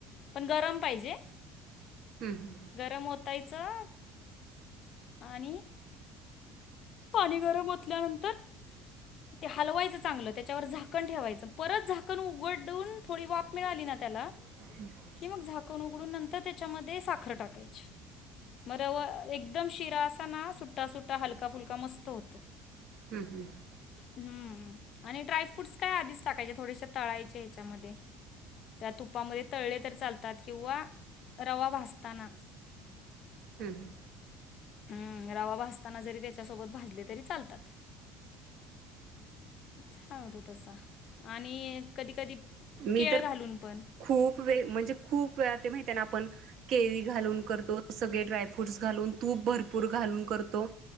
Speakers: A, on the left; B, on the right.
A: पण गरम पाहिजे.
B: हम्म हम्.
A: गरम ओतायचं आणि पाणी गरम आओतल्यानंतर. ते हलवायचं चांगलं त्यांच्यावर झाक, झाकण ठेवायचं. परत झाकण उघडडुन थोडी वाफ मिळाली ना त्याला
B: <unintelligible>
A: कि मग झाकण उघडून नंतर त्याच्यामध्ये साखर टाकायची. मर रवा एकदम शिरा असा ना सुट्टा सुट्टा हलका फुलका मस्त होतो.
B: हम्म हम्म
A: हम्म आणि ड्रायफ्रूटस काय आधीच टाकायचे थोडेश तळायचे ह्याच्यामध्ये. त्या तुपामध्ये तळले तर चालतात किंवा रवा भासताना.
B: हम् हं
A: हम्म रवा भाजताना जरी त्याच्यासोबत भाजले तरी चालतातं. छान होतो तसा आणि कधी कधी
B: मी
A: केळ
B: तर
A: घालून पण
B: खूप वेळ म्हणजे खूप ते माहिती आहे ना आपण केळी घालून करतो. सगळे ड्रायफ्रूट्स घालून तूप भरपूर घालून करतो.